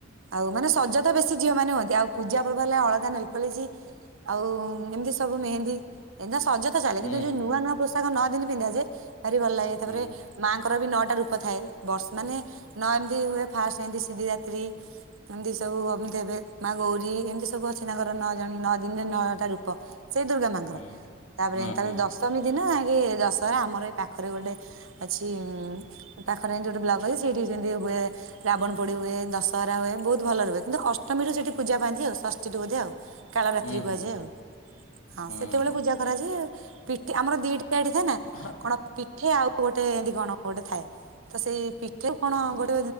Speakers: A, on the right; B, on the left.
A: ଆଉ ମାନେ ସଜ ତ ବେଶୀ ଝିଅ ମାନେ ହୁଅନ୍ତି ଆଉ ପୂଜା ପର୍ବ ହେଲେ ଅଳଦା ନେଲପଲିସ୍। ଆଉ ଏମିତି ସବୁ ମେହେନ୍ଦୀ ଏ ସଜତ ଚାଲେ
B: ହୁଁ
A: କିନ୍ତୁ ଯୋଉ
B: ହୁଁ
A: ନୂଆ ନୂ ପୋଷା ନ ଦିନି ପିନ୍ଧା ଯେ ଭାରି ଭଲ ଲାଗେ ତାପରେ
B: ହୁଁ
A: ମାଆଙ୍କର ବି ନ ରୂପ ଥାଏ ବର୍ଷ ମାନେ ନ ଏମିତି ହୁଏ ଫାଷ୍ଟ ଏମତି ଶିବରାତ୍ରୀ ଏମିତି ସବୁ। ଦେବେ ମା ଗୌରୀ ଏମିତି ସବୁ ଅଛି, ନାଙ୍କର ନଅ ଜଣ ନଅ ଦିନରେ ନଅଟା ରୂପ। ସେଇ ଦୁର୍ଗା ମାଆଙ୍କର
B: ହୁଁ
A: ତାପରେ
B: ହୁଁ
A: ତାପରେ
B: ହୁଁ
A: ଦଶମୀ
B: ହୁଁ
A: ଦିନ ଆ ଦଶହରା ଆମର ଏଇ ପାଖରେ ଗୋଟେ ଅଛି ଉ ପାଖରେ ଏମିତି ଗୋଟେ ବ୍ଲଗ ଅଛି, ସେଠି ସେମତି ହୁଏ ରାବଣ ପୋଡି ହୁଏ ଦଶ। କରରା ହଏ ବହୁତ ଭଲ ରୁହ କିନ୍ତୁ ଅଷ୍ଟମୀରୁ ସେଠ ପୂଜା ପାଆନ୍ତି ଆଉଷଠ ବୋଧ ଆଉ। କାଳରତ୍ରି
B: ହୁଁ
A: କୁହାଯାଏ,
B: ହୁଁ
A: ଆଉ ହଁ
B: ହୁଁ
A: ସେତେବେଳେ ପୂଜା କରାଯାଏ ପଠ ଆମର ଦି ପିଠ ଥାଏ ନା
B: ହଁ
A: କଣ ପିଠେ ଆଉ ଗୋଟେ ଏମିତି କଣ ଗୋଟେ ଥାଏ, ତ ସେଇ ପି ଉ କଣ
B: ହଁ
A: ଗୋଟେ